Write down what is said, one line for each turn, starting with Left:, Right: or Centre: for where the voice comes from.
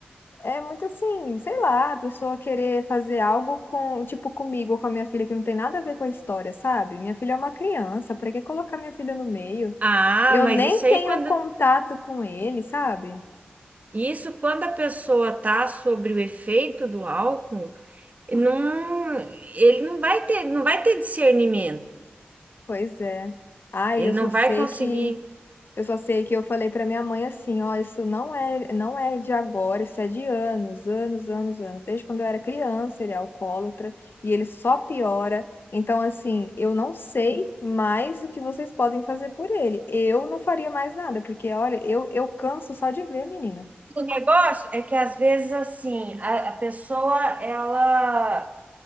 Left: É muito assim, sei lá, a pessoa querer fazer algo com, tipo, comigo ou com a minha filha que não tem nada a ver com a história, sabe? Minha filha é uma criança, pra que colocar minha filha no meio?
Right: Ah,
Left: Eu
Right: mas
Left: nem
Right: isso aí
Left: tenho
Right: quando
Left: contato com ele, sabe?
Right: isso quando a pessoa tá sobre o efeito do álcool, não, ele não vai ter, não vai ter discernimento.
Left: Pois é. Ai,
Right: Ele
Left: eu só
Right: não
Left: sei
Right: vai conseguir
Left: que Eu só sei que eu falei pra minha mãe assim, ó, isso não é, não é de agora, isso é de anos, anos, anos, anos. Desde quando eu era criança, ele é alcoólatra e ele só piora. Então, assim, eu não sei mais o que vocês podem fazer por ele. Eu não faria mais nada, porque, olha, eu, eu canso só de ver, menina.
Right: O negócio é que às vezes assim, a, a pessoa ela